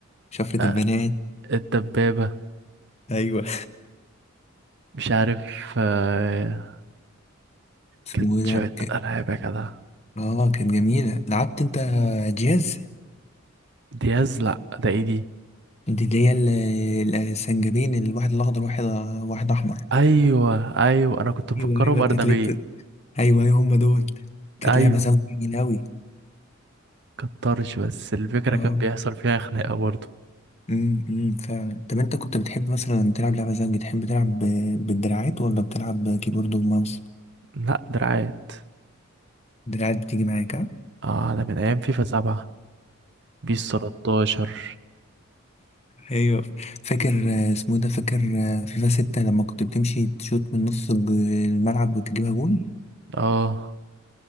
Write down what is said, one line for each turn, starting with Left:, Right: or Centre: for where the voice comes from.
Left: شفرة
Right: آه
Left: البنات
Right: الدبابه
Left: ايوه
Right: مش عارف آه
Left: اسمه
Right: كانت
Left: إيه ده
Right: شويه
Left: ك-
Right: العاب يا جدع
Left: اه كانت جميلة لعبت أنت جاز
Right: دياز لا ده ايه دي
Left: دي اللي هي ال- ال- السنجابين الواحد الأخضر واحد واحد أحمر
Right: ايوه ايوه انا كنت مفكرهم
Left: ايوه ايوه انت
Right: ارنبين
Left: تلاقيك كنت- ايوه ايوه هم دول كانت
Right: ايوه
Left: لعبه زوجي جميله قوي
Right: كترش بس الفكره
Left: اه
Right: كان بيحصل فيها خناقه برضه
Left: امم أمم، فعلا طب انت كنت بتحب مثلا تلعب لعبه زوجي تحب تلعب ب- بالدراعات ولا بتلعب كيبورد وماوس
Right: لا دراعات
Left: الدراعات بتيجي معاك ها
Right: اه ده من ايام فيفا سبعة بيس 13
Left: ايوه فاكر آه، اسمه إيه ده فاكر آه، فيفا 6 لما كنت بتمشي تشوت من نص الج- الملعب وتجيبها جون
Right: اه